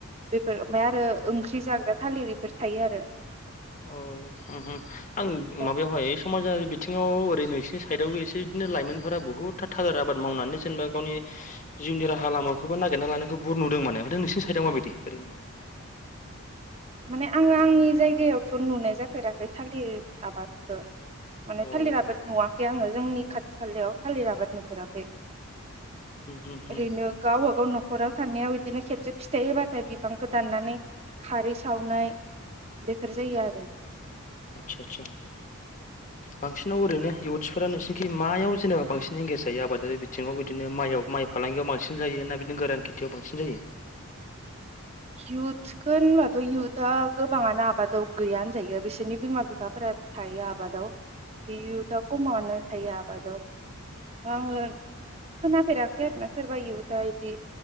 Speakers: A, on the right; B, on the left.
A: बेफोर ओमफ्राय आरो ओंख्रि जाग्रा थालिर बेफोर थायो आरो।
B: औ हो हो आं
A: ओमफ्राय
B: माबायावहाय समाजारि बिथिंङाव ओरै नोंसिनि साइदआवबो एसे बिदिनो लाइमोनफोरा बहुतथा थाजार आबाद मावनानै जेनेबा गावनि जिउनि राहा लामाखौबो नागिरना लानायखौ बुहुथ नुदों माने ओमफ्राय नोंसोरनि साइदआव मा बायदि ओरैनो।
A: माने आङो आंनि जायगायावथ' नुनाय जाफेराखै थालिर आबादखौ माने
B: अ होम
A: थालिराबो नुवाखै आङो जोंनि खाथि खालायाव थालिर आबाद नुफेराखै
B: होम होम
A: ओरैनो गावबा गाव न'खर। हराव सानायाव बिदिनो खेबसे फिथाइ होबाथाय बिफांखौ दाननानै खारै सावनाय बेफोर जायो आरो
B: आदसा आतसा बांसिनाव ओरैनो इउथ्सफोरा नोंसोरनिखि मायाव जेनेबा बांसिन एंगेज जायो आबादारि बिथिङाव बिदिनो माइ माइ फालांगियाव बांसिन जायो ना बिदिनो गोरान खेथियाव बांसिन जायो।
A: इउथखो होनबाथ' इउथआ गोबाङानो आबादाव गैया होनजायो बिसोरनि बिमा बिफाफोरा थायो आबादाव। बि इउता कमानो। थायो आबदाव। आङो खोनाफेराखै आरोना सोरबा इउथा इदि